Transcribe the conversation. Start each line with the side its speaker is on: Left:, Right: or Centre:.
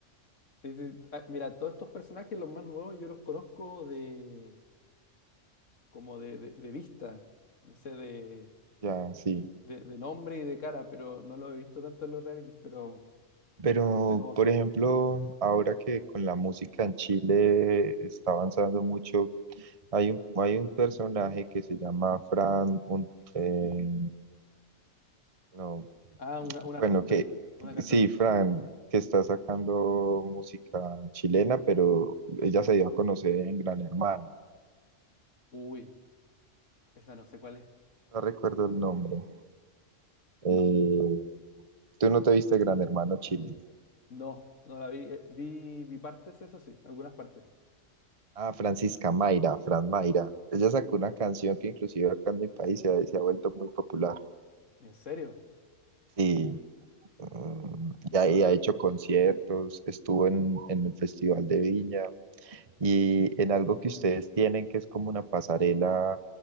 Left: Sí, sí. Ah, mira, todos estos personajes, los más nuevos, yo los conozco de como de, de- de vista, no sé, de,
Right: ya, sí.
Left: de, de nombre y de cara, pero no los he visto tanto en los realities, pero,
Right: Pero,
Left: pero sé cómo son.
Right: por ejemplo, ahora que con la música en Chile está avanzando mucho, hay un, hay un personaje que se llama Fran, un, eh, No,
Left: Ah, una, una
Right: bueno,
Left: artista,
Right: que
Left: una cantante.
Right: sí, Fran, que está sacando música chilena, pero ella se dio a conocer en Gran Hermano.
Left: Uy, esa no sé cuál es.
Right: No recuerdo el nombre. Eh, ¿tú no te viste Gran Hermano Chile?
Left: No, no la vi. Eh, Vi, vi partes, eso sí, algunas partes.
Right: Ah, Francisca Mayra, Fran Mayra. Ella sacó una canción que inclusive acá en mi país se ha, se ha vuelto muy popular.
Left: ¿En serio?
Right: Sí, mm, y ha, y ha hecho conciertos, estuvo en, en el Festival de Viña, y en algo que ustedes tienen que es como una pasarela,